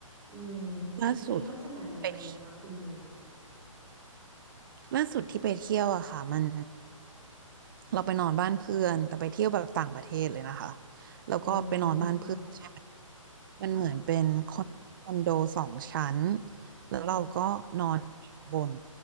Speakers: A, on the right; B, on the right.
A: อืม
B: ล่าสุด
A: มันเป็นลักษณะยังไงอะคะคุณโบ
B: ไปเที่ยว ล่าสุดที่ไปเที่ยวอะค่ะมันเราไปนอนบ้านเพื่อนแต่ไปเที่ยวแบบต่างประเทศเลยนะคะแล้วก็ไปนอนบ้านเพื่อนใช่ไหม
A: อ๋อค่ะ
B: มันเหมือนเป็นคอนคอนโดสองชั้น
A: ค่ะ
B: แล้วเราก็นอนชั้นบน
A: ค่ะ